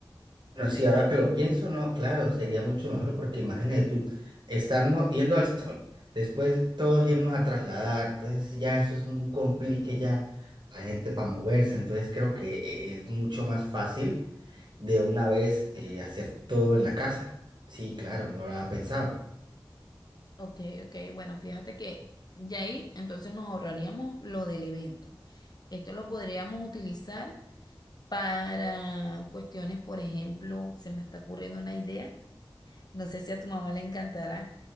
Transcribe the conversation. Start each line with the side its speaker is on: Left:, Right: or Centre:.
Right: Pero sí, ahora que lo pienso, no, claro, sería mucho mejor porque imagínate tú, estarnos yendo al salón, después todos irnos a trasladar, entonces ya eso es un complique ya la gente para moverse, entonces creo que eh, es mucho más fácil de una vez eh, hacer todo en la casa. Sí, claro, no lo había pensado.
Left: Ok, ok, bueno, fíjate que ya ahí entonces nos ahorraríamos lo del evento. Esto lo podríamos utilizar para cuestiones, por ejemplo, se me está ocurriendo una idea No sé si a tu mamá le encantará